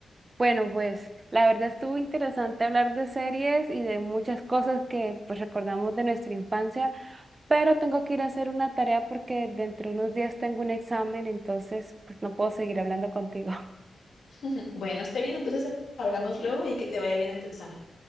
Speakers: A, on the right; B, on the left.
A: Bueno, pues la verdad estuvo interesante hablar de series y de muchas cosas que pues recordamos de nuestra infancia, pero tengo que ir a hacer una tarea porque dentro de unos días tengo un examen, entonces pues no puedo seguir hablando contigo. <laughs>
B: <laughs> Bueno, esté bien, entonces hablamos luego y que te vaya bien en tu examen.